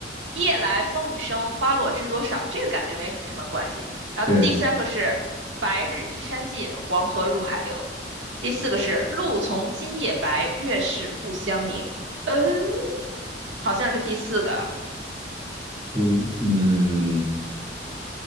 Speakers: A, on the right; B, on the right.
A: 夜来风雨声，花落知多少，这个感觉没什么关系。然后第三个是白日依山尽，
B: 对，
A: 黄河入海流。第四个是露从今夜白，月是故乡明。嗯，好像是第四个。
B: 嗯嗯，